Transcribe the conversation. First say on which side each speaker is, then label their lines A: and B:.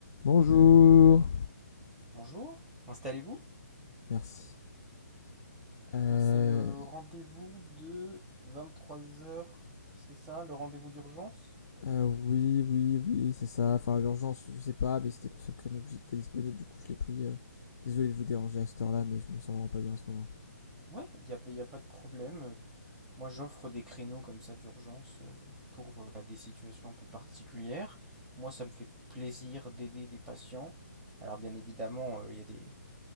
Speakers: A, on the left; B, in the centre.
A: Bonjour.
B: Bonjour, installez-vous.
A: Merci. Euh,
B: Donc c'est le rendez-vous de 23 heures, c'est ça, le rendez-vous d'urgence?
A: euh, oui, oui, oui, oui, c'est ça. Enfin, urgence, je sais pas, mais c'était le seul créneau que j'étais disponible, du coup je l'ai pris. euh. désolé de vous déranger à cette heure-là, mais je me sens vraiment pas bien en ce moment.
B: Ouais, il n'y a, pas- y a pas de problème. Euh, Moi, j'offre des créneaux comme ça d'urgence euh, pour euh, bah, des situations un peu particulières. Moi, ça me fait plaisir d'aider des patients. Alors, bien évidemment, euh, y a des...